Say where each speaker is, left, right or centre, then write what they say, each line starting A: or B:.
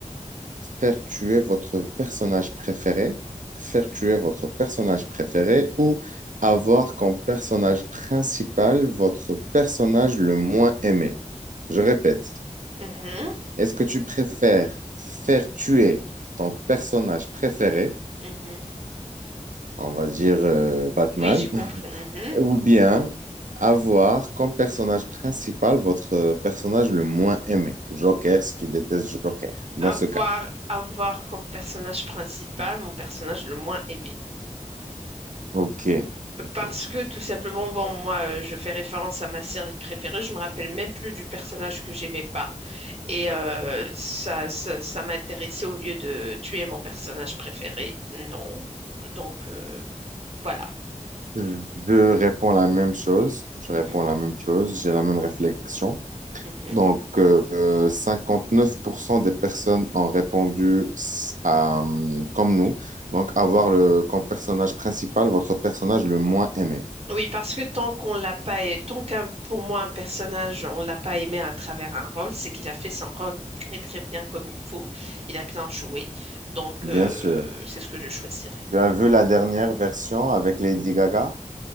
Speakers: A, on the right (about 75°); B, on the right (about 50°).
A: faire tuer votre personnage préféré, faire tuer votre personnage préféré ou avoir comme personnage principal votre personnage le moins aimé. Je répète,
B: Mhm,
A: est-ce que tu préfères faire tuer ton personnage préféré,
B: mhm.
A: on va dire euh, Batman,
B: Oui, j'ai compris.
A: <laughs>
B: Mhm.
A: ou bien avoir comme personnage principal votre euh, personnage le moins aimé, Joker, si tu détestes Joker, dans
B: Avoir,
A: ce cas.
B: avoir comme personnage principal mon personnage le moins aimé.
A: Ok, ok.
B: Parce que tout simplement, bon, moi, euh, je fais référence à ma série préférée, je me rappelle même plus du personnage que j'aimais pas. Et euh, ça, ça, ça m'intéressait au lieu de tuer mon personnage préféré. Non. Donc, euh, voilà.
A: Je réponds la même chose. Je réponds
B: Mhm,
A: la même chose. J'ai la même réflexion.
B: mhm.
A: Donc, euh, 59% des personnes ont répondu s- à, euh, comme nous. Donc, avoir le, comme personnage principal votre personnage le moins aimé.
B: Oui, parce que tant qu'on l'a pas, a- tant qu'un, pour moi, un personnage, on l'a pas aimé à travers un rôle, c'est qu'il a fait son rôle très, très bien comme il faut. Il a bien joué. Donc,
A: Bien
B: euh,
A: sûr.
B: c'est ce que je choisirais.
A: Tu as vu la dernière version avec Lady Gaga